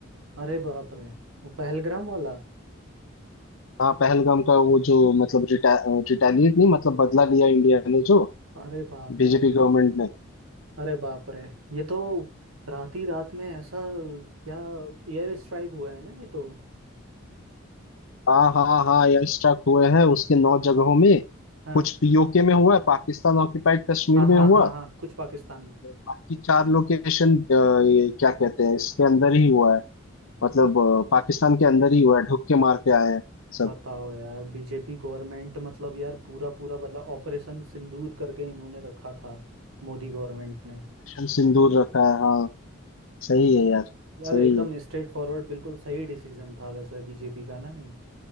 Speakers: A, on the right; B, on the left.
A: अरे बाप रे वो पहलग्राम वाला
B: हाँ पहलगाम का वो जो मतलब रिटा, रिटेलिएट नहीं मतलब बदला लिया इंडिया ने जो
A: अरे बाप
B: बीजेपी
A: रे
B: गवर्नमेंट ने
A: अरे बाप रे ये तो रात ही रात में ऐसा क्या एयर स्ट्राइक हुआ है ना ये तो
B: हाँ हाँ हाँ एयर स्ट्राइक हुए हैं उसके नौ जगहों में
A: हाँ
B: कुछ पीओके में हुआ है पाकिस्तान ऑक्यूपाइड कश्मीर
A: हाँ हाँ
B: में हुआ
A: हाँ हाँ कुछ पाकिस्तान में
B: बाकी चार लोकेशन ये क्या कहते हैं इसके अंदर ही हुआ है मतलब अ, पाकिस्तान के अंदर ही हुआ है ढुक के मार के आए हैं सब
A: बताओ यार बीजेपी गवर्नमेंट मतलब यार पूरा पूरा बदला ऑपरेशन सिंदूर करके इन्होंने रखा था मोदी गवर्नमेंट ने
B: मिशन सिंदूर रखा है हाँ सही है यार
A: यार
B: सही
A: एकदम
B: है
A: स्ट्रेट फॉरवर्ड बिल्कुल सही डिसीजन था वैसे बीजेपी का ना ये